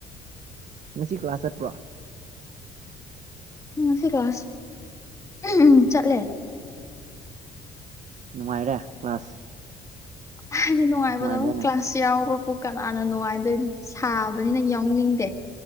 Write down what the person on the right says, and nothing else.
ꯉꯁꯤ ꯀ꯭ꯂꯥꯁ ꯆꯠꯄ꯭ꯔꯣ
ꯅꯨꯡꯉꯥꯏꯔꯦ ꯀ꯭ꯂꯥꯁ
ꯅꯨꯡꯉꯥꯏꯕ꯭ꯔꯅꯦ